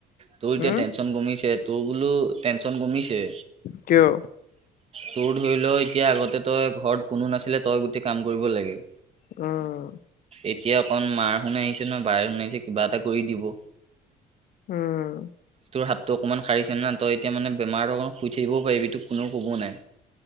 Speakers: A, on the right; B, on the left.
A: তোৰ এতিয়া
B: উম
A: টেনশচন ক। তোৰ বোলো টেনচন কমিছে।
B: কিয়?
A: তোৰ ধৰি লও এতিয়া আগতে তই ঘৰত কোনো নাছিলে তই গোটেই কাম কৰিব লাগে।
B: উম।
A: এতিয়া অকন মাৰ হত আহিছে নহয় বায়েৰ হত আহিছে কিবা এটা কৰি দিব।
B: উম।
A: তোৰ হাতটো অকণমান সাৰিছে না তই এতিয়া মানে বেমাৰটো অকণ শুই থাকিবও পাৰিবি তো কোননেও কব নাই।